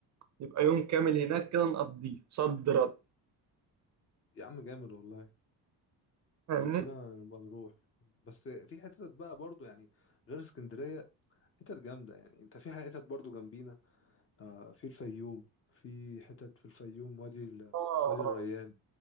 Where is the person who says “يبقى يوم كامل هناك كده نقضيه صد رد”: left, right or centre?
Right